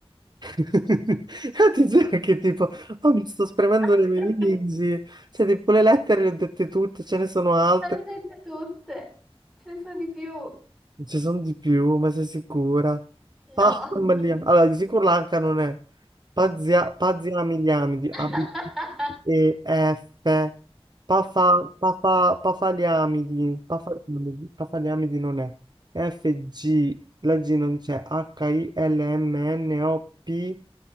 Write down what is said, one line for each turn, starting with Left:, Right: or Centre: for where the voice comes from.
Right: <laughs> Io ti giuro che tipo, oh, mi sto spremendo
Centre: <laughs>
Right: le meningi, cioè tipo le lettere le ho dette tutte, ce ne sono altre.
Centre: Ma le hai dette tutte, ce ne sono di più.
Right: Non ci sono di più, ma sei sicura?
Centre: No.
Right: Palmaliam. Allora, di sicuro l'H non è. Pazia- Paziamiliamidi,
Centre: <laughs>
Right: A, B, C, E, F. Pafa, pafa, pafaliamidi, pafaliamidi, pafaliamidi non è. F, G, la G non c'è. H, I, L, M, N, O, P,